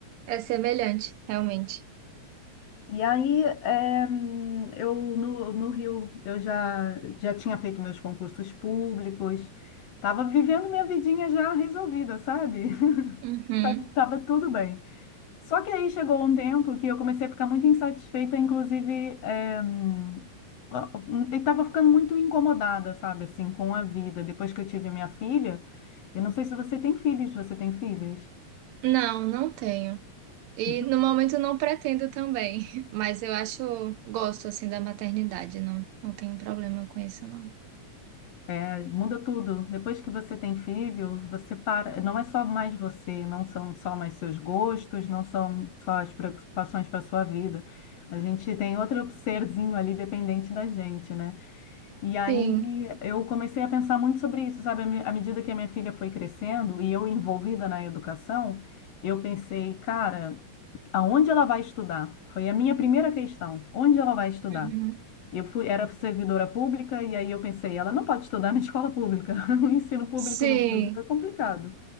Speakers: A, on the right; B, on the left.
A: É semelhante, realmente.
B: E aí, eh, eu no, no Rio, eu já, já tinha feito meus concursos públicos, estava vivendo minha vidinha já resolvida, sabe?
A: Uhum.
B: <laughs> Tava tudo bem. Só que aí chegou um tempo que eu comecei a ficar muito insatisfeita, inclusive, eh, ó, eu estava ficando muito incomodada, sabe, assim, com a vida. Depois que eu tive minha filha, eu não sei se você tem filhos, você tem filhos?
A: Não, não tenho. E
B: <laughs>
A: no momento não pretendo também, <laughs> mas eu acho, gosto assim da maternidade, não, não tenho problema com isso, não.
B: É, muda tudo. Depois que você tem filho, você para. Não é só mais você, não são só mais seus gostos, não são só as preocupações para sua vida. A gente tem outro serzinho ali dependente da gente, né? E aí
A: Sim.
B: eu comecei a pensar muito sobre isso, sabe? À me- à medida que a minha filha foi crescendo e eu envolvida na educação, eu pensei, cara, aonde ela vai estudar? Foi a minha primeira questão. Onde ela vai estudar?
A: Uhum.
B: Eu fui, era servidora pública e aí eu pensei, ela não pode estudar na escola pública. <laughs> O ensino público
A: Sim.
B: no Brasil é complicado.